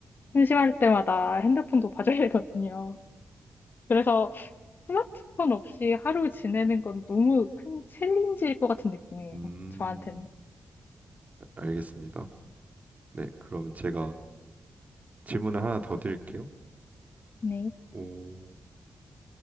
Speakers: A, on the left; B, on the right.
A: 심심할 때마다 핸드폰도 봐줘야 되거든요. 그래서 스마트폰 없이 하루 지내는 건 너무 큰 챌린지일 것 같은 느낌이에요.
B: 음.
A: 저한테는.
B: 알겠습니다. 네, 그럼 제가 질문을 하나 더 드릴게요.
A: 네.
B: 오,